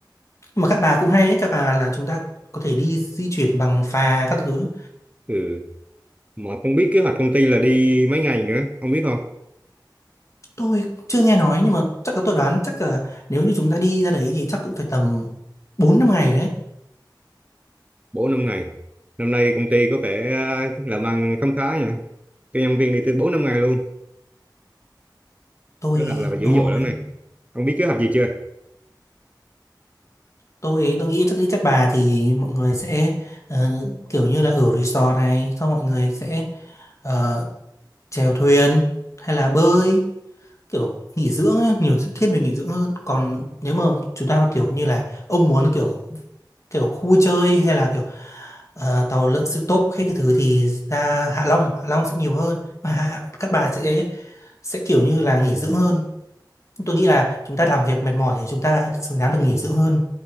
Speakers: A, on the left; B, on the right.
A: Nhưng mà Cát Bà cũng hay đấy, Cát Bà là chúng ta có thể đi di chuyển bằng phà các thứ.
B: Ừ, mà không biết kế hoạch công ty là đi mấy ngày nữa, ông biết không?
A: Tôi chưa nghe nói nhưng mà chắc là tôi đoán chắc là nếu như chúng ta đi ra đấy thì chắc cũng phải tầm bốn năm ngày đấy.
B: bốn năm ngày. Năm nay công ty có vẻ à, làm ăn khấm khá nhỉ. Cho nhân viên đi từ 4 năm ngày luôn.
A: Tôi
B: Kế hoạch là
A: đúng
B: dữ dội
A: rồi.
B: lắm này. Ông biết kế hoạch gì chưa?
A: Tôi tôi nghĩ chắc đi Cát Bà thì mọi người sẽ ờ, kiểu như là ở resort này, xong mọi người sẽ ờ, chèo thuyền hay là bơi kiểu nghỉ dưỡng ấy, nhiều thiết về nghỉ dưỡng hơn còn nếu mà chúng ta kiểu như là ông muốn kiểu kiểu khu vui chơi hay là kiểu ờ, tàu lượn siêu tốc hay cái thứ thì ra Hạ Long Hạ Long sẽ nhiều hơn mà Hạ- Cát Bà sẽ sẽ kiểu như là nghỉ dưỡng hơn tôi nghĩ là chúng ta làm việc mệt mỏi thì chúng ta xứng đáng được nghỉ dưỡng hơn